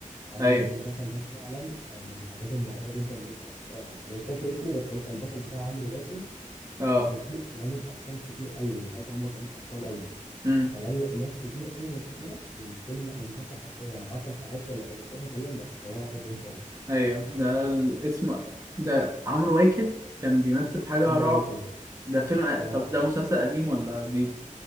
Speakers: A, on the left; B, on the right.
A: عايز
B: ايوه
A: اقول لك المسلسل ده فعلا انا من الحاجات المرعبه جدا اللي ممكن الواحد يتفرج عليها انا مش فاكر اسمه بس هو كان البطل بتاعه عمرو واكد
B: اه
A: وكان فيه لامم ابطال كتير قوي لان ساعتها هم ما كانوش ابطال قوي
B: امم
A: فلامم ناس كتير قوي مشهوره والفيلم والمسلسل حرفيا 10 حلقات ولا 15 تقريبا بس رعب جدا
B: ايوه ده الاسم ده عمرو واكد كان بيمثل في حاجه
A: عمرو
B: رعب
A: واكد
B: ده فيلم
A: اه
B: طب ده مسلسل قديم ولا جديد